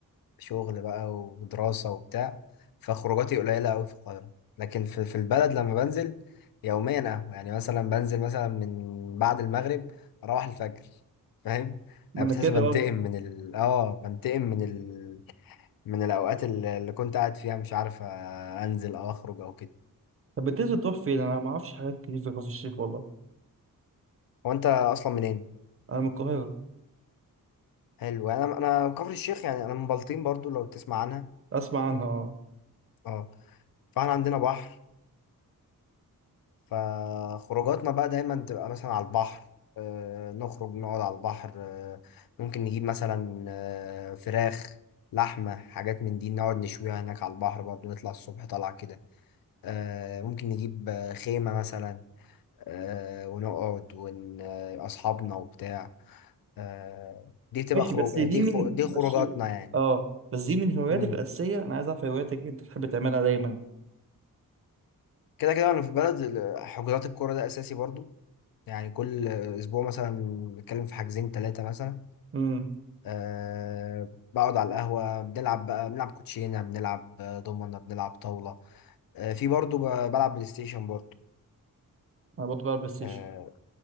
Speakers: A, on the left (about 75°); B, on the right (about 40°).
A: شغل بقى ودراسة وبتاع فخروجاتي قليلة أوي في القاهرة لكن في, في البلد لما بنزل يوميا أهو يعني مثلا بنزل مثلا من بعد المغرب أروح الفجر فاهم؟
B: ما
A: أنا
B: انا
A: بتحس
B: كده
A: بنتقم
B: برضه
A: من ال آه بنتقم من ال من الأوقات اللي اللي كنت قاعد فيها مش عارف آه، أنزل أو أخرج أو كده
B: طب بتنزل تروح فين انا ما اعرفش حاجات كتير في كفر الشيخ والله
A: هو أنت أصلا منين؟
B: انا من القاهره
A: حلو يعني انا انا كفر الشيخ يعني انا من بلطيم برضو لو تسمع عنها
B: اسمع عنها اه
A: اه فاحنا عندنا بحر فخروجاتنا بقى دايما تبقى مثلا على البحر آه نخرج نقعد على البحر آه ممكن نجيب مثلا آه فراخ لحمة حاجات من دي نقعد نشويها هناك على البحر برضو نطلع الصبح طلع كده آه ممكن نجيب آه، خيمة مثلا آه ونقعد ون آه، أصحابنا وبتاع آه دي بتبقى
B: ماشي
A: خروج
B: بس دي
A: دي
B: من
A: خو... دي
B: بس
A: خروجاتنا يعني
B: اه بس دي من هواياتك
A: مم.
B: الاساسيه انا عايز اعرف هواياتك اللي انت بتحب تعملها دايما
A: كده كده وانا في البلد ال- حجوزات الكوره ده اساسي برضو يعني كل اسبوع مثلا نتكلم في حاجزين ثلاثه مثلا
B: امم
A: أه بقعد على القهوه بنلعب بقى بنلعب كوتشينه بنلعب آه، دومنه بنلعب طاوله أه في برضو ب- بلعب بلاي ستيشن برضو
B: انا برضه بلعب بلاي ستيشن
A: اه